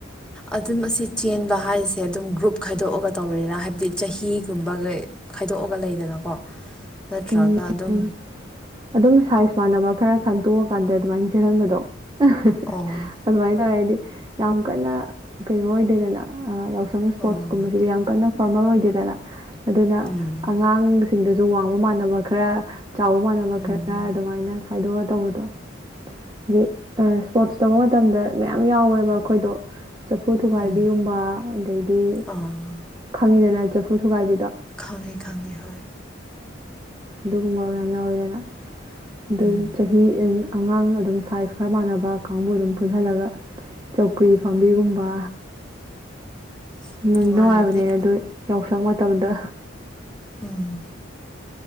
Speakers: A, in the centre; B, on the right.
A: ꯑꯗꯨꯝ ꯑꯁꯤ ꯆꯦꯟꯕ ꯍꯥꯏꯁꯦ ꯑꯗꯨꯝ ꯒ꯭ꯔꯨꯞ ꯈꯥꯏꯗꯣꯛꯑꯒ ꯇꯧꯔꯤꯦꯔ ꯍꯥꯏꯕꯗꯤ ꯆꯍꯤꯒꯨꯝꯕꯒ ꯊꯗꯣꯛꯑꯒ ꯂꯩꯗꯅꯀꯣ ꯅꯠꯇ꯭ꯔꯒ
B: ꯎꯝ
A: ꯑꯗꯨꯝ
B: ꯎꯝ ꯑꯗꯨꯝ ꯁꯥꯏꯖ ꯃꯥꯟꯅꯕ ꯈꯔ ꯈꯪ ꯇꯣꯛꯑꯀꯥꯟꯗ ꯑꯗꯨꯃꯥꯏꯅ ꯆꯦꯜꯍꯟꯕꯗꯣ ꯑꯗꯨꯃꯥꯏꯅ
A: ꯑꯣ
B: ꯇꯧꯋꯦ ꯍꯥꯏꯗꯤ ꯌꯥꯝ ꯌꯥꯝ ꯀꯟꯅ ꯀꯩꯅꯣ ꯑꯣꯏꯗꯦꯗꯅ ꯌꯥꯎꯁꯪ ꯏꯁꯄꯣꯔꯠꯁꯀꯨꯝꯕꯁꯤꯗꯤ
A: ꯑꯣ
B: ꯌꯥꯝ ꯀꯟꯅ ꯐꯣꯔꯃꯦꯜ ꯑꯣꯏꯗꯦꯗꯅ ꯑꯗꯨꯅ
A: ꯎꯝ
B: ꯑꯉꯥꯡꯁꯤꯡꯗꯁꯨ ꯋꯥꯡꯃ ꯃꯥꯟꯅꯕ ꯈꯔ ꯆꯥꯎꯕ ꯃꯥꯟꯅꯕ
A: ꯎꯝ
B: ꯈꯔ ꯑꯗꯨꯃꯥꯏꯅ ꯈꯥꯏꯗꯣꯛꯑ ꯇꯧꯕꯗꯣ ꯍꯥꯏꯗꯤ ꯏꯁꯄꯣꯔꯠꯁ ꯇꯧꯕ ꯃꯇꯝꯗ ꯃꯌꯥꯝ ꯌꯥꯎꯋꯦꯕ ꯑꯩꯈꯣꯏꯗꯣ ꯆꯐꯨ ꯊꯨꯒꯥꯏꯕꯤꯒꯨꯝꯕ
A: ꯎꯝ
B: ꯑꯗꯩꯗꯤ
A: ꯑꯥ
B: ꯈꯪꯉꯤꯗꯅ ꯆꯐꯨ ꯊꯨꯒꯥꯏꯕꯤꯗꯣ
A: ꯈꯉ ꯈꯉ ꯍ
B: ꯑꯗꯨꯒꯨꯝꯕ ꯃꯌꯥꯝ ꯌꯥꯎꯋꯤꯗꯅ ꯑꯗꯨ
A: ꯎꯝ
B: ꯆꯍꯤ ꯑꯉꯥꯡ ꯑꯗꯨꯝ ꯁꯥꯏꯖ ꯈꯔ ꯃꯥꯟꯅꯕ ꯀꯥꯡꯕꯨ ꯑꯗꯨꯝ ꯄꯨꯜꯓꯜꯂꯒ ꯆꯧꯀ꯭ꯔꯤ ꯐꯥꯝꯕꯤꯒꯨꯝꯕ
A: <unintelligible>
B: ꯅꯨꯡ
A: ꯅꯨꯡꯉꯥꯏꯔꯝꯅꯤ
B: ꯅꯨꯡꯉꯥꯏꯕꯅꯦ ꯑꯗꯨ ꯌꯥꯎꯁꯪ ꯃꯇꯝꯗ
A: ꯎꯝ